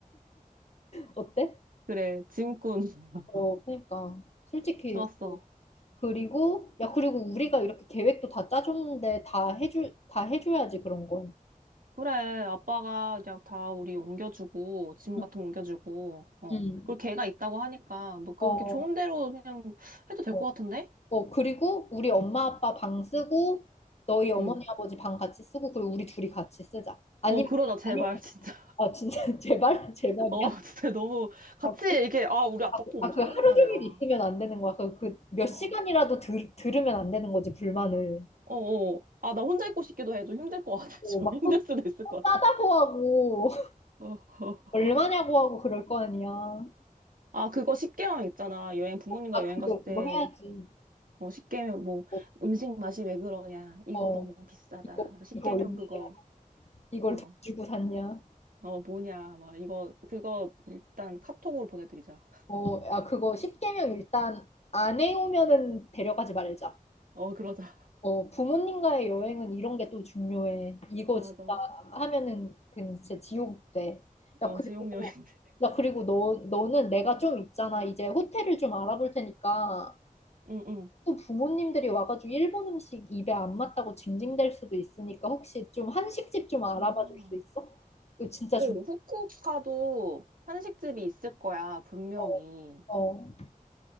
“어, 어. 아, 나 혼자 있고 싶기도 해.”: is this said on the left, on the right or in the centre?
Right